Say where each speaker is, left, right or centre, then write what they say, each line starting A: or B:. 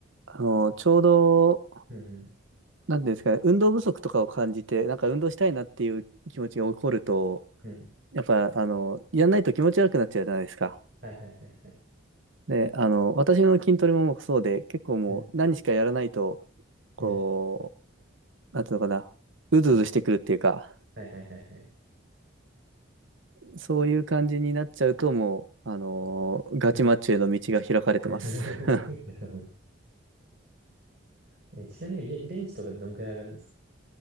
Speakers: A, on the right; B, on the right.
A: あの、ちょうど、
B: うん、うん、
A: なんていうんですかね、運動不足とかを感じて、なんか運動したいなっていう気持ちが起こると、
B: うん。
A: やっぱ、あの、やんないと気持ち悪くなっちゃうじゃないですか。
B: はいはいはいはい。
A: で、あの、私の筋トレもそうで、結構もう何しかやらないと、
B: うん、
A: こ
B: うん、
A: う、なんていうのかな、うずうずしてくるっていうか、
B: うん。はいはいはいはい。
A: そういう感じになっちゃうと、もう、あの、ガチマッチョへの道が開かれてます。
B: <laughs> なる
A: <laughs>
B: ほどえちなみにベ、ベンチとかどんくらい上がるんですか